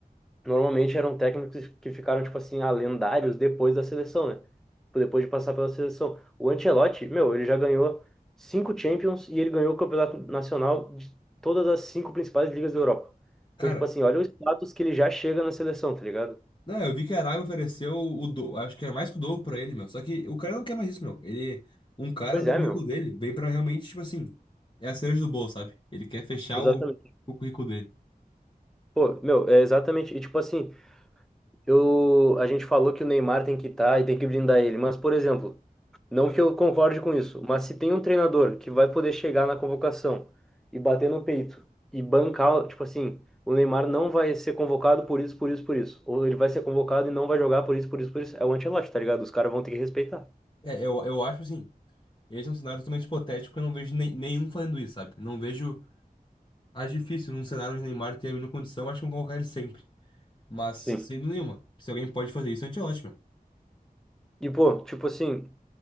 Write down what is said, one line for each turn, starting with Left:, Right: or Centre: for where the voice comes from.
Centre: normalmente eram técnicos que ficaram, tipo assim, ah, lendários depois da seleção, né? Tipo, Depois de passar pela seleção. O Ancelotti, meu, ele já ganhou cinco Champions e ele ganhou o campeonato nacional de todas as cinco principais ligas da Europa.
Left: Cara,
Centre: Então, tipo assim, olha o status que ele já chega na seleção, tá ligado?
Left: não, eu vi que a Arábia ofereceu o do, acho que é mais que o dobro pra ele, meu. Só que o cara não quer mais isso, meu. Ele, um cara
Centre: Pois
Left: do
Centre: é,
Left: currículo
Centre: meu.
Left: dele, vem pra realmente, tipo assim, é a cereja do bolo, sabe? Ele quer fechar
Centre: Exatamente.
Left: o, o currículo dele.
Centre: Pô, meu, é exatamente. E, tipo assim, eu, a gente falou que o Neymar tem que estar e tem que blindar ele, mas, por exemplo, não que eu concorde com isso, mas se tem um treinador que vai poder chegar na convocação e bater no peito e bancar, tipo assim, o Neymar não vai ser convocado por isso, por isso, por isso, ou ele vai ser convocado e não vai jogar por isso, por isso, por isso, é o Ancelotti, tá ligado? Os caras vão ter que respeitar.
Left: É, eu, eu acho assim. Esse é um cenário totalmente hipotético, porque eu não vejo nem- nenhum fazendo isso, sabe? Não vejo. Acho difícil num cenário onde Neymar tem a mínima condição, acho que vão colocar ele sempre. Mas, sem
Centre: Sim.
Left: dúvida nenhuma. Se alguém pode fazer isso, Ancelotti, meu.
Centre: E, pô, tipo assim.